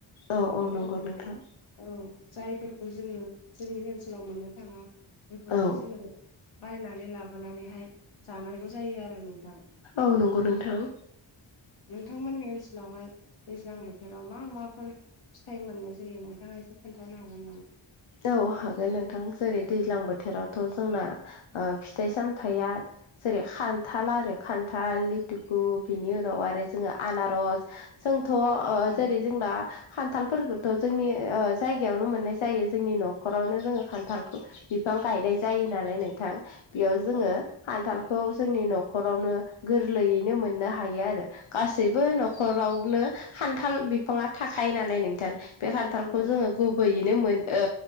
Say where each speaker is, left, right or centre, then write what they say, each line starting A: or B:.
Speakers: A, on the left; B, on the left.
A: औ औ
B: जों
A: नंगौ नोंथां
B: औ जायफोरखौ जोङो जोंनि ओनसोलाव मोननो थाङा बेफोरखौ
A: औ
B: जोङो बायनानै लाबोनानैहाय जानांगौ जायो आरो नोंथां।
A: औ नंगौ नोंथां
B: नोंथांमोननि ओनसोलावहाय दैज्लां बोथोराव मा माफोर फिथाइ मोननाय जायो नोंथाङा एसे खोन्थानो हागोन नामा?
A: औ हागोन नोंथां जेरै दैज्लां बोथोरावथ' जोंना ओ फिथाइ सामथाइया जेरै खान्थाल आरो खान्थाल लिथुकु बिनि उनाव आरो जोङो आनारस जोंथ' ओ
B: औ
A: जेरै जोंना खान्थालफोरखोथ' जोंनि ओ जायगायावनो मोननाय जायो जोंनि न'खरावनो जोङो खान्थालखौ बिफां गायनाय जायो नालाय नोंथां बेयाव जोङो
B: औ
A: खान्थालखौ जोंनि न'खरावनो गोरलैयैनो मोननो हायो आरो गासैबो न'खरावनो खान्थाल बिफाङा थाखायो नालाय नोंथां बे खान्थालखौ
B: औ
A: जोङो गुबैयैनो मोन ओ